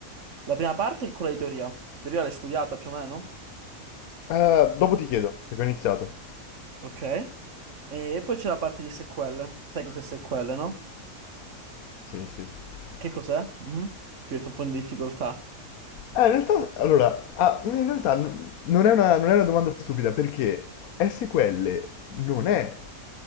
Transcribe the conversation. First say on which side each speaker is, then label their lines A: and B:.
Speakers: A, on the right; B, on the left.
A: La prima parte è quella di teoria. Teoria l'hai studiata più o meno,
B: Eh, dopo ti chiedo, perché ho iniziato.
A: ok? E poi c'è la parte di SQL. Sai cos'è SQL, no?
B: Sì, sì. sì.
A: Che cos'è? Mhm. Ti ho detto un po' in difficoltà.
B: Eh, in realtà, allora, ah, in realtà n- non è una, non è una domanda stupida, perché SQL non è